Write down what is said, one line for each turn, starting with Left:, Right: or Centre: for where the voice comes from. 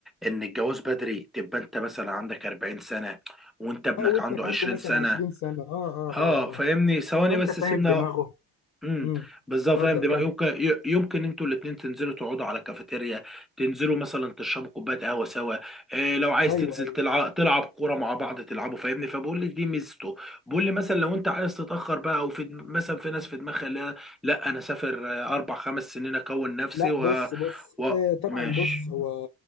Centre: ان الجواز بدري تبقى انت مثلا عندك 40 سنة وانت ابنك
Left: اه وابنك
Centre: عنده 20
Left: عنده مثلا
Centre: سنة
Left: 20 سنة اه اه اه
Centre: اه فاهمني ثواني
Left: اه انت
Centre: بس
Left: فاهم
Centre: سيبنا
Left: دماغه
Centre: امم
Left: امم
Centre: بالظبط
Left: اتفضل
Centre: فاهم دماغ
Left: كمل
Centre: يمكن ي- يمكن انتوا الاثنين تنزلوا تقعدوا على كافيتيريا تنزلوا مثلا تشربوا كوبايه قهوه سوا إيه لو عايز
Left: ايوه
Centre: تنزل
Left: ايوه
Centre: تلعب تلعب كوره مع بعض تلعبوا فاهمني فبقول لي دي ميزته بقول لي مثلا لو انت عايز تتاخر بقى او في دم- مثلا في ناس في دماغها اللي هي لا انا اسافر آه، اربع خمس سنين اكون نفسي
Left: لا
Centre: و,
Left: بص بص
Centre: و...
Left: آه طبعا
Centre: ماشي
Left: بص هو